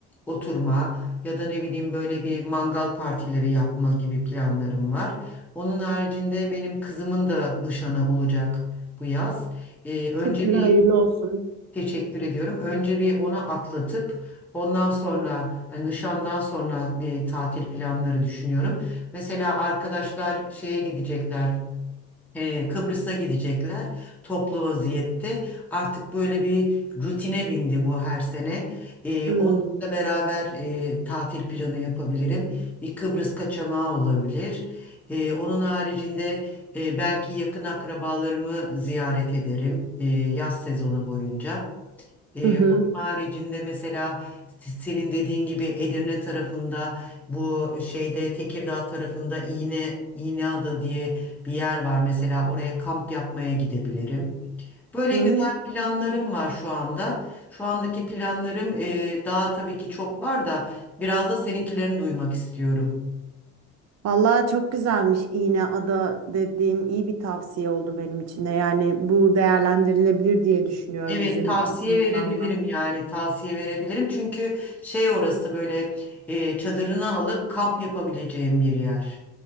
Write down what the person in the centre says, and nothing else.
oturma ya da ne bileyim böyle bir mangal partileri yapma gibi planlarım var. Onun haricinde benim kızımın da nişanı olacak bu yaz. E, önce
bir
Teşekkür ediyorum. Önce bir ona atlatıp ondan sonra hani nişandan sonra bir tatil planları düşünüyorum. Mesela arkadaşlar şeye gidecekler. e, Kıbrıs'a gidecekler toplu vaziyette. Artık böyle bir rutine bindi bu her sene. E,
onlarla beraber e, tatil planı yapabilirim. Bir Kıbrıs kaçamağı olabilir. E, onun haricinde e, belki yakın akrabalarımı ziyaret ederim e, yaz sezonu boyunca. Ee,
onun haricinde mesela s- senin dediğin gibi Edirne tarafında bu şeyde Tekirdağ tarafında İğne İğneada diye bir yer var. Mesela oraya kamp yapmaya gidebilirim. Böyle
güzel planlarım var şu anda. Şu andaki planlarım e, daha tabii ki çok var da biraz da seninkilerini duymak istiyorum.
Evet
tavsiye
verebilirim
yani tavsiye verebilirim. Çünkü şey orası böyle e, çadırını alıp kamp yapabileceğim bir yer.